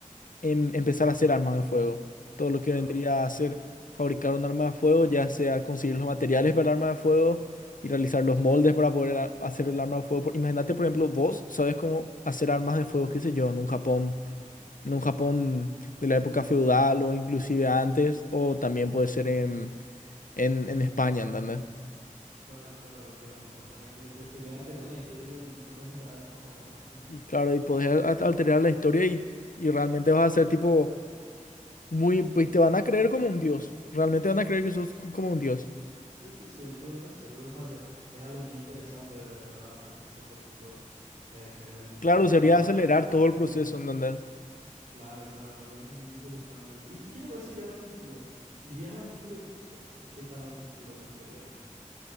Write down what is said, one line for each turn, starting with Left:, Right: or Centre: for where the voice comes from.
Left: em- empezar a hacer armas de fuego. Todo lo
Right: claro.
Left: que vendría a ser fabricar un arma de fuego, ya sea conseguir los materiales para el arma de fuego y realizar los moldes para poder a- hacer el arma de fuego. Por- Imagínate, por ejemplo, vos sabes cómo hacer armas de fuego, qué sé yo, en un Japón, en un Japón de la época feudal o inclusive antes, o también
Right: ujú,
Left: puede ser en, en, en España, ¿entendés?
Right: Claro, claro, claro. O sea, que te gustaría alterar la historia con cosas que sabemos ahora. <laughs> Ajá.
Left: Y claro, y podés a- alterar la historia y, y realmente vas a ser tipo muy, pues te van a creer como un dios. Realmente van a creer que sos c- como un dios.
Right: Eso es cierto, es cierto. O sea, se- es algo muy interesante, ¿verdad? Hasta cierto punto, eh, ser el
Left: Claro,
Right: ser humano
Left: sería
Right: más
Left: acelerar
Right: inteligente.
Left: todo el proceso,
Right: <laughs>
Left: ¿entendés?
Right: Claro, claro, me parece muy interesante. ¿Y, y qué te parece ir al futuro? ¿Irías al futuro y, o, o qué tan al futuro te gustaría ir?